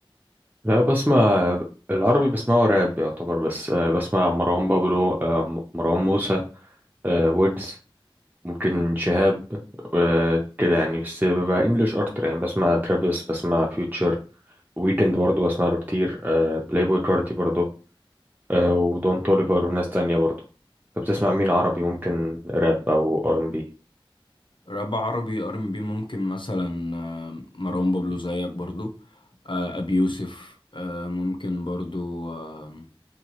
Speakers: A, on the right; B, on the left.
A: لا بسمع العربي بسمعه راب يعتبر بس آه، بسمع مروان بابلو آه، مروان موسى آه، ويجز ممكن شهاب آه، كده يعني بس ببقى انجلش اكتر يعني بسمع ترافيس بسمع فيوتشر ويكند برضه بسمع له كتير آه، بلاي بوي كارتي برضه آه، ودون توليفر وناس تانية برضه طب بتسمع مين عربي ممكن راب او ار ام بي
B: راب عربي ار ام بي ممكن مثلا آه، مروان بابلو زيك برضو آه، ابي يوسف آه، ممكن برضو آم،